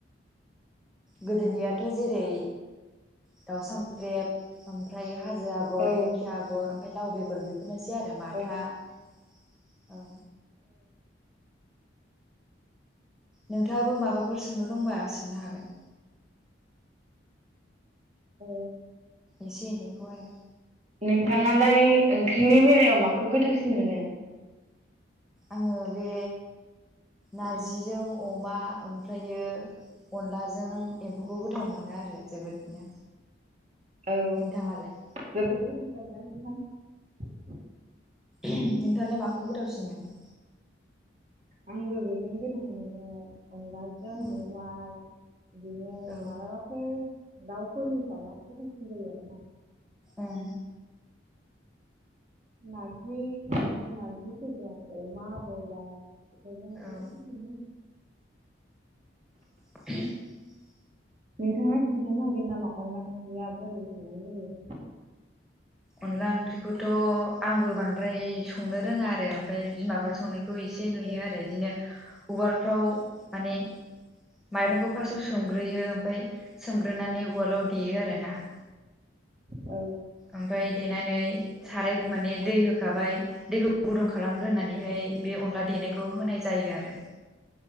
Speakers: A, in the centre; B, on the right.
A: गोदोनियाथ' जेरै दाउ सामख्रेब ओमफ्रायो हाजो आगर
B: औ
A: दिंखिया आगर ओमफ्राय लाव बेगर बेफोरनोसै आरो माथा
B: औ
A: औ नोंथाङाबो माबाफोर सोंनो दंबा सोंनो हागोन
B: अ
A: एसे एनैखौ आरो
B: नोंथाङालाय ओंख्रिनि बेलायाव माखौ गोथावसिन मोनो
A: आङो बे नारजिजों अमा ओमफ्रायो अनलाजों एम्फौखौ गोथाव मोनो आरो जोबोदनो
B: औ
A: नोंथाङालाय
B: जोबोद गोथाव जायोना नोंथां
A: नोंथाङालाय माखौ गोथावसिन मोनो
B: आंबो बेखौनो गोथाव मोनो अनलाजों
A: औ
B: मेवाइ बिदिनो
A: औ
B: मालाबाफोर दाउफोर होफाबागोथाव सिनजायोआरोना
A: ओं
B: नारजि बिदिनो नारजिफोर जोंबा अमा बयलार <unintelligible>
A: औ <unintelligible>
B: नोंथाङा खिन्थानो हागोन नामा अनलाओंखोरिया बोरै सोंलनायलायो
A: अनदला ओंख्रिखौथ' आंबो बांद्राय संनो रोङा आरो ओमफफ्राय बिमाफोर संनाय खौ एसे नुयो
B: औ
A: आरो बिदिनो उवालफ्राव माने माइरंखौ फास्टआव सोमग्रोयो ओमफाय सोमग्रोनानै उवालाव देयो आर ना <unintelligible>
B: औ
A: ओमफफ्राय देनानै साराय माने दै होखाबाय दैखौ गुदुं खालामग्रोनानैहाय
B: औ
A: बे अनला देनायखौ होनाय जायो आरो